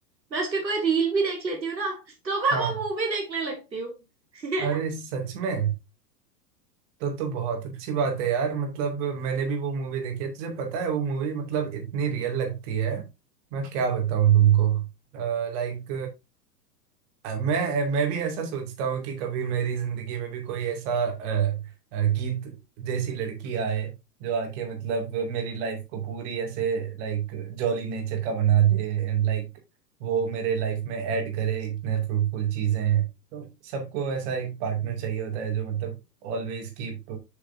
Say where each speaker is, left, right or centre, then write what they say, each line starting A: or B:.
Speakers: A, on the right; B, on the right.
A: मैं उसके कोई रील भी देख लेती हूँ ना तो मैं
B: हाँ
A: वो मूवी देखने लगती हूँ <laughs>
B: अरे सच में तो तो बहुत अच्छी बात है यार मतलब मैंने भी वो मूवी देखी है तुझे पता है वो मूवी मतलब इतनी रियल लगती है मैं क्या बताऊं तुमको लाइक मैं मैं भी ऐसा सोचता हूँ कि कभी मेरी जिंदगी में भी कोई ऐसा अ, अ, गीत जैसी लड़की आए जो आके मतलब मेरी लाइफ को पूरी ऐसे लाइक जॉली नेचर का बना दे एंड लाइक वो मेरे लाइफ में ऐड करे इतने फ्रूटफुल चीजें तो सबको ऐसा एक पार्टनर चाहिए होता है जो मतलब ऑलवेज कीप